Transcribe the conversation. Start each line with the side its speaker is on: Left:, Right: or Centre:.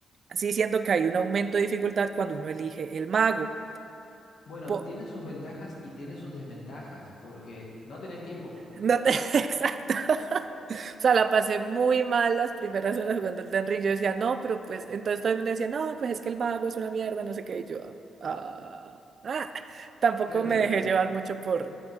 Right: sí siento que hay un aumento de dificultad cuando uno elige el mago.
Left: Bueno,
Right: Po-
Left: tiene sus ventajas y tiene sus desventajas, porque no tenés tiempo. <laughs>
Right: no te <laughs> Exacto. O sea, la pasé muy mal las primeras horas jugando el Elden Ring. Yo decía, no, pero pues, entonces todo el mundo decía, no, pues es que el vago es una mierda, no sé qué. Y yo, ah, ah". tampoco
Left: Claro,
Right: me
Left: lo-
Right: dejé llevar mucho por.